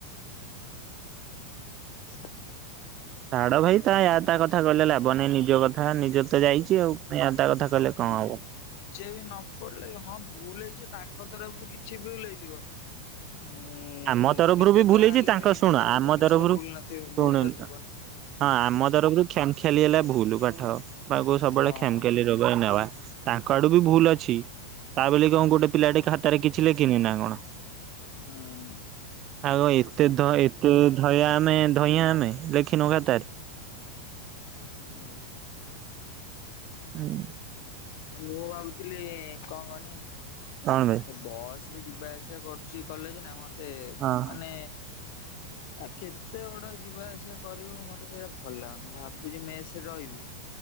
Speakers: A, on the left (about 50°); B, on the right (about 35°).
A: <inaudible>
B: ଛାଡ ଭାଇ ତା ୟା ତା କଥା କହିଲେ ଲାଭନହିଁ, ନିଜ କଥା ନିଜ ର ତ ଯାଇଛି ଆଉ। ନାଇ ୟା ତା କଥା କହିଲେ କଣ ହବ।
A: ଯିଏ ବି ନପଡିଲେ ହଁ ଭୁଲ ହେଇଛି ତାଙ୍କ ତରଫରୁ କିଛି ଭୁଲ ହେଇଥିବ ହୁଁ ହୁଁ,
B: ଆମ ତରଫରୁ
A: କିନ୍ତୁ
B: ବି ଭୁଲ
A: ଯାହେଲେ
B: ହେଇଛି ତାଙ୍କ
A: ବି ନିଜ
B: ଶୁଣ
A: ତରଫରୁ
B: ଆମ
A: କିଛି ତ ଭୁଲ ନଥିବ
B: ଶୁଣ
A: ଭୁଲ ତ ଥିବ ନା।
B: ହଁ ଆମ ତରଫରୁ କ୍ଷାମ ଖିଆଲି ହେଲା ଭୁଲ ପାଠ ବାବୁ ସବୁବେଳେ
A: ହଁ
B: କ୍ଷାମ ଖିଆଲି ଦେବା ନେବା ତାଙ୍କ ଆଡୁ ବି ଭୁଲ ଅଛି ତା ବୋଲି କଣ ଗୋଟେ ପିଲାଟେ ଖାତାରେ କିଛି ଲେଖିନି ନା କଣ?
A: ହଁ।
B: ଆଗ ଏତେ ଧ ଏତେ ଧଇଆଁ ଆମେ ଧଇଁଆ ଆମେ ଲେଖନୁ ଖାତାରେ।
A: ହୁଁ <unintelligible>
B: ହୁଁ <inaudible>
A: ମୁୁ ଭାବୁଥିଲି କଣ କହନି?
B: କଣ ବେ
A: ଏ ବସ ରେ ଯିବା ଆସିବା କରୁଚି କଲେଜ ନା ମତେ
B: ହଁ
A: ମାନେ ଆ କେତେ ଗୋଟେ ଯିବା ଆସିବା କରିବୁ ମତେ ସେଇଟା ଭଲ ଲାଗୁନି ଭାବ ମୁଁ ଜିବି ମେସରେ ରହିବି